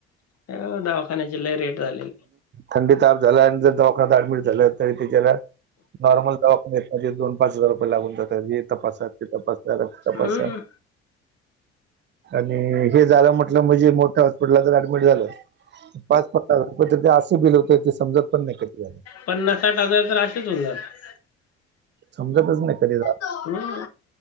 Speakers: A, on the left; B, on the right.
A: हो दवाखाण्याचे लय रेट झालेले आहे.
B: थंडी ताप झाला आणि जर दवाखान्यात ऍडमिट झालं तरी ते त्याला नॉर्मल दवाखान्यात लगेच दोन पाच हजार रुपये लागून जातात. हे तपासा ते तपासा रक्त
A: हम्म.
B: तपासा. आणि हे झालं म्हटलं म्हणजे मोठ्या हॉस्पिटलला जर ऍडमिट झालं पाच पन्नास हजार <unintelligible> ते असं बिल होतंय ते समजतही नाही कधी झालं.
A: पन्नास साठ हजार तर असेच होऊन जातात.
B: समजतच नाही कधी झालं.
A: हम्म.